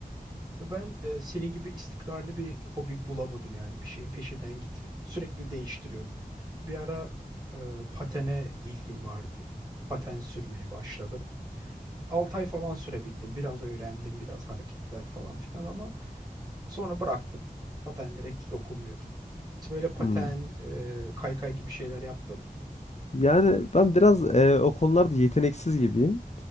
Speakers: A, on the right; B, on the left.
A: Ya Ben e, senin gibi istikrarlı bir hobi bulamadım yani. Bir şeyin peşinden gitmedim. Sürekli değiştiriyordum. Bir ara e, patene ilgim vardı. Paten sürmeye başladım. 6 ay falan sürebildim. Biraz öğrendim, biraz hareketler falan filan ama sonra bıraktım. Patenlere hiç dokunmuyorum. Hiç böyle paten,
B: Hmm.
A: e, kaykay gibi şeyler yaptın mı?
B: Yani ben biraz e, o konularda yeteneksiz gibiyim.